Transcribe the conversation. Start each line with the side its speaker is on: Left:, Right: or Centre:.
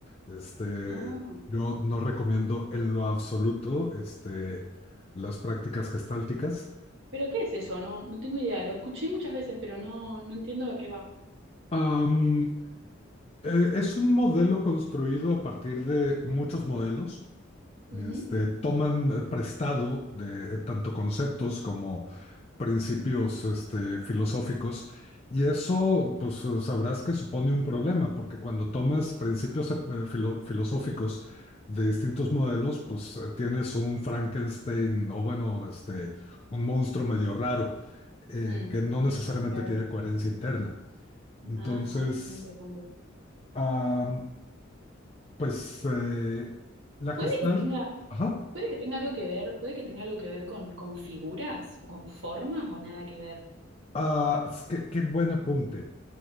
Left: Este,
Right: Ah,
Left: yo no recomiendo en lo absoluto este, las prácticas gestálticas.
Right: pero ¿qué es eso? No, no tengo idea. Lo escuché muchas veces, pero no, no entiendo a qué va.
Left: Am, eh, es un modelo construido a partir de muchos modelos. Este,
Right: Ujú,
Left: toman eh, prestado de eh, tanto conceptos como principios este, filosóficos y eso,
Right: ujú,
Left: pues eh, sabrás que supone un problema, porque cuando tomas principios eh, eh, filo- filosóficos de distintos modelos, pues eh, tienes un Frankenstein o bueno, este, un monstruo medio raro eh,
Right: mm,
Left: que no necesariamente
Right: claro.
Left: tiene coherencia interna. Entonces,
Right: Ajá, sí, muy interesante.
Left: ah, pues eh, la gestal...
Right: Puede que tenga,
Left: Ajá.
Right: puede que tenga algo que ver, puede que tenga algo que ver con, con figuras o con formas o nada que ver.
Left: Ah, es que- qué buen apunte.